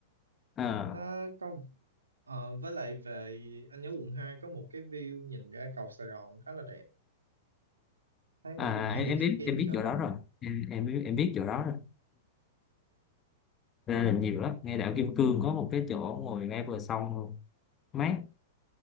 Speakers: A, on the left; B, on the right.
A: mà
B: nó có ờ, với lại về anh nhớ quận 2 có một cái view nhìn ra cầu Sài Gòn khá là đẹp thấy mọi
A: À,
B: người hay
A: em,
B: đi
A: em
B: check
A: biết
B: in
A: em biết
B: chỗ
A: chỗ
B: đó
A: đó rồi em em biết em biết chỗ đó rồi ra là nhiều lắm ngay đảo Kim Cương có một cái chỗ ngồi ngay bờ sông luôn. mát